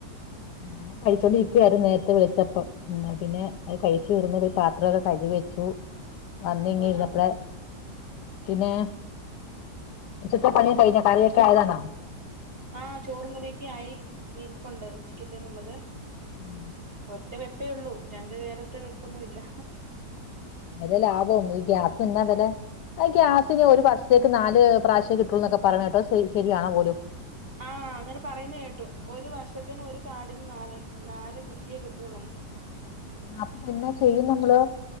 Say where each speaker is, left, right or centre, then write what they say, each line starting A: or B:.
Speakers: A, on the left; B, on the right.
A: ഞാനും കഴിച്ചോണ്ടിരിക്കുവയരുന്നു നേരത്തെ വിളിച്ചപ്പം പിന്നെത് കഴിച്ചുീർ ത്രക്കെ കഴുക വെച്ചു വന്ന ഇങ്ങ
B: ആഹാ
A: ഇരുന്നപ്പഴ
B: ആഹ്
A: പിന്നെ ചുറ്റ പണിയും കഴിഞ്ഞ കറിയൊക്കെ ആയതാണ്ടോ
B: ആഹ ചോറും കരൊക്ക ആയി ഇരിപ്പുണ്ട് ഉച്ചക്ക്ത്തേനുള്ളത്
A: ഉം <unintelligible>
B: ഒറ്റ വെപ്പേ ഉള്ളൂ രണ്ട പേരത്തെ വെപ്പൊന്നുമ ഇല്ല
A: നല്ല ലാഭവും ഈ ഗ്യാസ് ഇന്ന വില ആ ഗ്യാസ് ഒരു വർസത്തേക്ക് നാല് പ്രാവശ്യം കിട്ടൂ എന്നൊക്കെ പറഞ്ഞ കേട്ടോ ശ ശരിയാണോ പോലും
B: ആഹ അങ്ങനെ പറയുന്ന കേട്ടു ഒരു വർഷത്തിനന് ഒരു കാടിനന് നാളെ നാല് കുറ്റിയെ കിട്ടള്ളന്ന്ു
A: ആ അപ്പൊ എന്നാ ചെയ്യും നമ്മള്